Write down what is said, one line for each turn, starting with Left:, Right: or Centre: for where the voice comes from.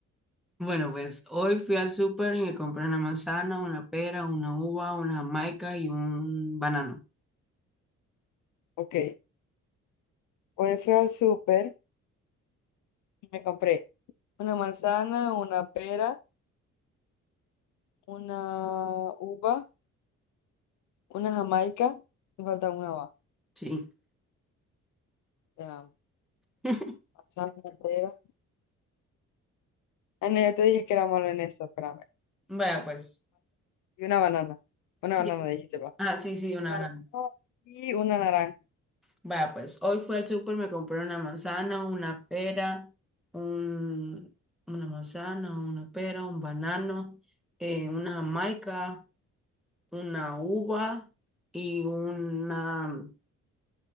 Centre: Bueno, pues hoy fui al súper y me compré una manzana, una pera, una uva, una jamaica y un banano.
Left: Ok, pues fui al súper y me compré una manzana, una pera, una uva, una jamaica. Me falta una uva.
Centre: Sí.
Left: Ya,
Centre: <laughs>
Left: Manzana, pera. Ah, no, yo te dije que era malo en esto, espérame.
Centre: Vaya pues.
Left: Y una banana. Una
Centre: Sí.
Left: banana dijiste, va.
Centre: Ah, sí, sí, una
Left: Una
Centre: banana.
Left: banana Y una naranja.
Centre: Vaya, pues hoy fui al súper, me compré una manzana, una pera, un, una manzana, una pera, un banano, eh, una jamaica, una uva y una,